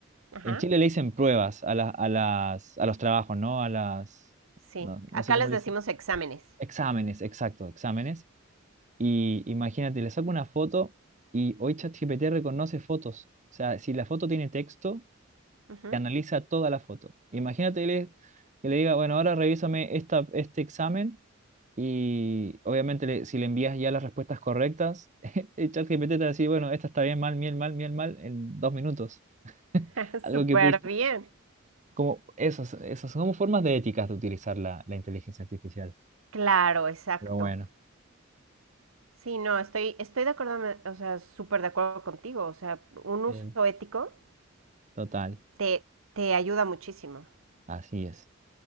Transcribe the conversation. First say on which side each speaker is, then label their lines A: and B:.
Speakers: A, on the right; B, on the right.
A: Ajá.
B: En Chile le dicen pruebas a, la- a, las, a los trabajos, ¿no? A las...
A: Sí.
B: No, no
A: Acá
B: sé cómo
A: les
B: le
A: decimos
B: dicen.
A: exámenes.
B: Exámenes, exacto, exámenes. Y imagínate, le saco una foto y hoy ChatGPT reconoce fotos. O sea, si la foto tiene texto,
A: Ujú.
B: te analiza toda la foto. Imagínate le- que le diga, bueno, ahora revísame esta, este examen y obviamente le- si le envías ya las respuestas correctas, <laughs> el ChatGPT te va a decir, bueno, esta está bien, mal, bien, mal, bien, mal, en dos minutos. <laughs>
A: <laughs>
B: Algo
A: Súper
B: que pudiste.
A: bien.
B: Como esas, esas son como formas de éticas de utilizar la, la inteligencia artificial.
A: Claro, exacto.
B: Pero bueno,
A: Sí, no, estoy, estoy de acuerdo, me- o sea, súper de acuerdo contigo. O sea, un
B: sí,
A: uso ético
B: total,
A: te, te ayuda muchísimo.
B: así es,